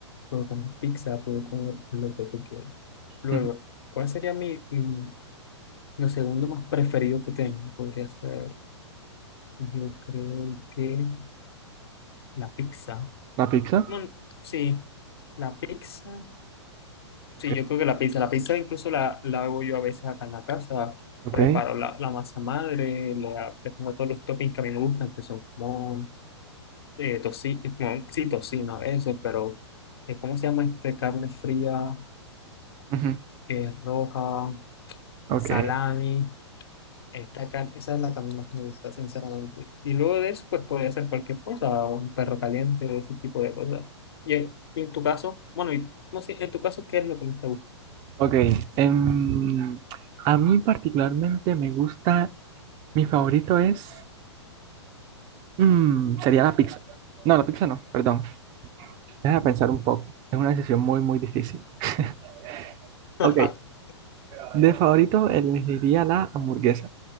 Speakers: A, on the left (about 55°); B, on the right (about 25°).
A: puedo comer pizza, puedo comer lo que tú quieras. Luego,
B: Ujú.
A: ¿cuál sería mi, mi lo segundo más preferido que tengo? Podría ser. Yo creo que la pizza.
B: La pizza.
A: Bueno, sí, la pizza.
B: Ok,
A: Sí, yo creo que la pizza. La pizza incluso la, la hago yo a veces acá en la casa.
B: ok.
A: Preparo la, la masa madre, le, ha- le pongo todos los toppings que a mí me gustan, que son como eh, toci- como- sí, tocino a veces, pero eh, ¿cómo se llama este? Carne fría,
B: Ujú.
A: que es roja,
B: Ok,
A: salami. Esta, car- esa es la camino que me gusta, sinceramente. Y luego de eso, pues podría ser cualquier cosa, un perro caliente, ese tipo de cosas. Y en, en tu caso, bueno, y, no sé, en tu caso, ¿qué es lo que más te gusta?
B: ok. Em, a mí particularmente me gusta, mi favorito es... Mm, sería la pizza. No, la pizza no, perdón. Déjame pensar un poco. Es una decisión muy, muy difícil. <laughs>
A: <laughs>
B: Ok, de favorito elegiría la hamburguesa.